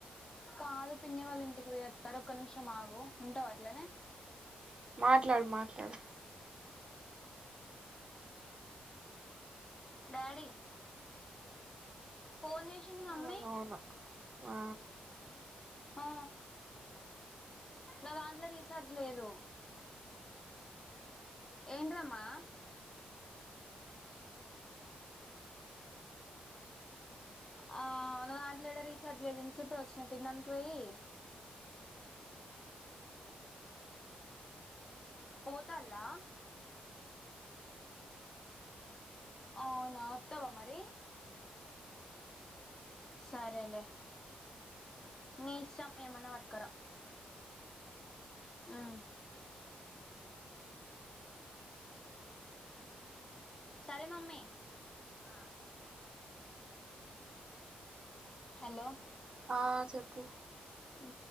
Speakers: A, on the left; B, on the right.
A: కాదు పిన్ని వాళ్ళ ఇంటికి పోయత్తారు ఒక్క నిమిషం ఆగు ఉంటవ అట్లనే
B: మాట్లాడు మాట్లాడు
A: డాడీ ఫోన్ చేసింది మమ్మీ
B: అవునవును ఆ
A: ఆ నా దాంట్ల రీచార్జ్ లేదు ఏంటిదమ్మా ఆ దాంట్ల ఏడ రీఛార్జ్ లేదు ఇన్సేపే వచ్చిన తినటానికి పోయి పోతల్లా అవునా వత్తవా మరి సరే లే నీ ఇష్టం ఏమన్నా పట్కరా హుమ్ సరే మమ్మీ ఆ హలో
B: ఆ చెప్పు
A: ఊ